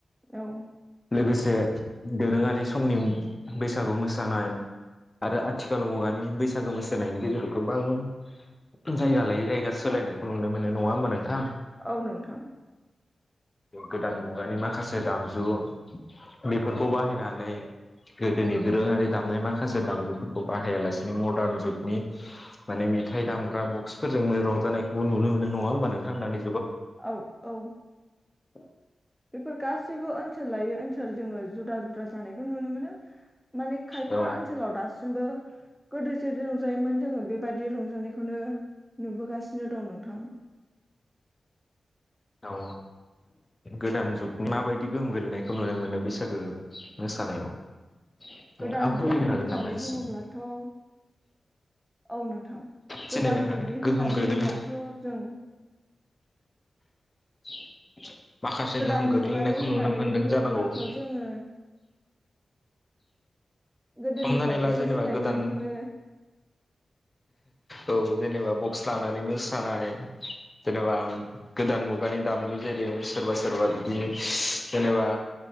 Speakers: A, in the centre; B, on the left (about 30°).
A: औ
B: लोगोसे दोरोङारि समनि बैसागु मोसानाय आरो आथिखाल मुगानि बैसागु मोसानायनि गेजेराव गोबां जायगा लायै जायगा सोलायनायखौ नुनो मोनो नङा होमबा नोंथां।
A: औ नोंथां।
B: गोदान मुगानि माखासे दामजु बेफोरखौ बाहायनानै गोदोनि दोरोङारि दामनाय माखासे दामजुफोरखौ बाहायालासिनो मदार्न जुगनि माने मेथाइ दामग्रा बक्सफोरजों रंजानायखौबो नुनो मोनो नङा होमबा नोंथां दानि
A: औ औ
B: औ
A: बेफोर गासैबो ओनसोल लायै ओनसोल जोङो जुदा जुदा जानायखौ नुनो मोनो। माने खायफा
B: औ
A: ओनसोलाव दासिमबो गोदो जेरै दं रंजायोमोन जोङो बेबायाददि रंजानायखौनो नुबोगासिनो दं नोंथां।
B: औ गोदान जुग माबायदि गोहोम गो्लैनायखौ नुनो मोनो बैसागो मोसानायाव? नोंथाङा
A: गोदान
B: फोरमायनो
A: जुगनि
B: हागोन
A: होननानै
B: नामा एसे
A: बुङोब्लाथ'। औ नोंथां
B: जेनेबा
A: गोदान जुगनि
B: गोहोम
A: होनना
B: गोग्लै
A: बुङोब्लाथ' जों
B: <inaudible> माखासे
A: गोदान
B: गोहोम गोग्लैनायखौ
A: मुगानि होननानै
B: नुनो मोनदों
A: बुङोब्लाथ'
B: जानांगौ। <inaudible>
A: जोङो गोदोनिफ्राय
B: हमनानै ला
A: एसे
B: जेनेबा
A: सोलायबोनायखौनो
B: गोदान औ जेनेबा बक्स लानानै मोसानाय जेनेबा गोदान मुगानि दामजु जेरै सोरबा सोरबा बिदि जेनेबा